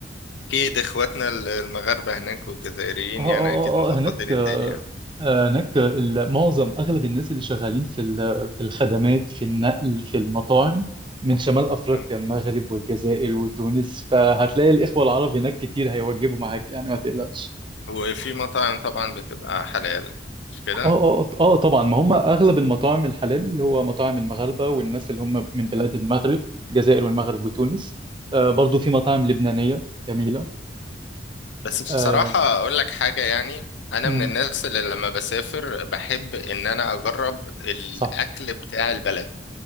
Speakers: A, on the left; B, on the right.
A: اكيد اخواتنا المغاربه هناك والجزائريين
B: اه اه
A: يعني اكيد مظبطين
B: اه آه، هناك
A: الدنيا
B: آه، آه، هناك ال- معظم اغلب الناس اللي شغالين في ال- في الخدمات في النقل في المطاعم من شمال افريقيا
A: مم.
B: المغرب والجزائر وتونس فهتلاقي الاخوة العرب هناك كتير هيوجبوا معاك يعني ما تقلقش
A: وفي مطاعم طبعا بتبقى حلال مش كده
B: اه اه اه آه، طبعا ما هم اغلب المطاعم الحلال اللي هو مطاعم المغاربه والناس اللي هم من بلاد المغرب الجزائر والمغرب وتونس آه برضو في مطاعم لبنانيه جميله
A: بس بصراحة
B: آه
A: أقول لك حاجة يعني أنا
B: امم
A: من الناس اللي لما بسافر بحب إن أنا أجرب الأكل
B: صح
A: بتاع البلد